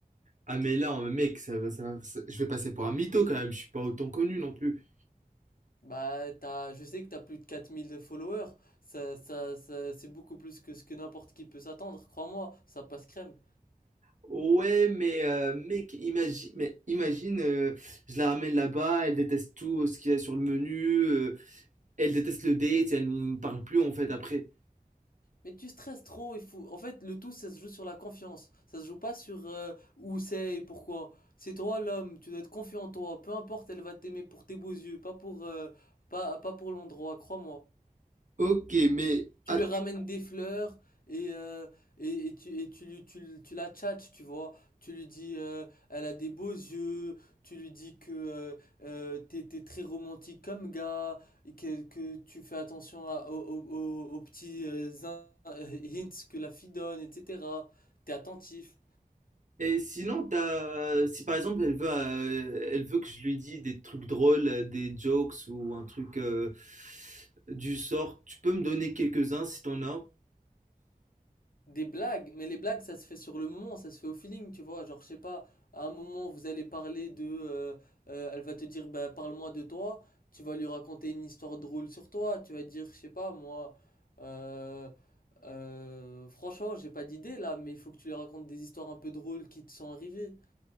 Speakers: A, on the right (about 55°); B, on the left (about 70°).
A: Ah, mais là, oh, mec, ça va, ça va- ça- je vais passer pour un mytho quand même, je suis pas autant connu non plus.
B: Bah, t'as, je sais que t'as plus de 4000 de followers, ça, ça, ça- c'est beaucoup plus que ce que n'importe qui peut s'attendre, crois-moi, ça passe crème.
A: Ouais, mais euh, mec, imagine, mais imagine, euh, je la ramène là-bas, elle déteste tout euh, ce qu'il y a sur le menu, euh, Elle déteste le date, elle ne parle plus en fait après.
B: Mais tu stresses trop, il faut, en fait, le tout, ça se joue sur la confiance, ça se joue pas sur euh, où c'est et pourquoi. C'est toi l'homme, tu dois être confiant en toi, peu importe, elle va t'aimer pour tes beaux yeux, pas pour, euh, pas, pas pour l'endroit, crois-moi.
A: Ok, mais
B: tu
A: attends.
B: lui ramènes des fleurs et, euh, et, et tu, et tu, lui- tu, lui- tu la tchatches, tu vois. Tu lui dis, euh, elle a des beaux yeux, tu lui dis que euh, euh, t'es, t'es très romantique comme gars, et que, que tu fais attention à- aux, aux- aux- aux petits euh, zin- euh, <laughs> hints que la fille donne, etc. T'es attentif.
A: Et sinon, t'as, si par exemple elle veut, euh, elle veut que je lui dise des trucs drôles, euh, des jokes ou un truc euh, du sort, tu peux me donner quelques-uns si t'en as.
B: Des blagues, mais les blagues, ça se fait sur le moment, ça se fait au feeling, tu vois. Genre, je sais pas, à un moment, vous allez parler de, euh, euh, elle va te dire, bah, parle-moi de toi. Tu vas lui raconter une histoire drôle sur toi. Tu vas dire, je sais pas, moi, euh, euh, franchement, j'ai pas d'idée là, mais il faut que tu lui racontes des histoires un peu drôles qui te sont arrivées.